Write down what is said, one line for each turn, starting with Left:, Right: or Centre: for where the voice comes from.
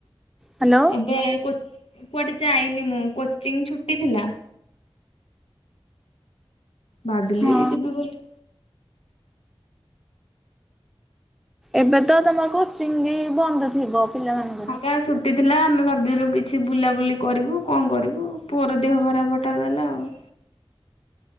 Centre: ହ୍ୟାଲୋ
Left: ଏବେ କୁଆଡେ ଯାଇନି ମୁଁ କୋଚିଂ ଛୁଟି ଥିଲା। ଭାବିଲି
Centre: ହଁ
Left: ଯିବି ବୋଲି
Centre: ଏବେ ତ ତମର କୋଚିଂ ବନ୍ଦ ଥିବ? ପିଲାମାନଙ୍କର?
Left: ହଁ ବା ସୁ କିଛିନା ଆମେ ଭାବିଥିଲୁ କିଛି ବୁଲାବୁଲି କରିବୁ କଣ କରିବୁ ପୁଅର ଦେହ ଖରାପ ହଟାତ ଦେଲା ଆଉ।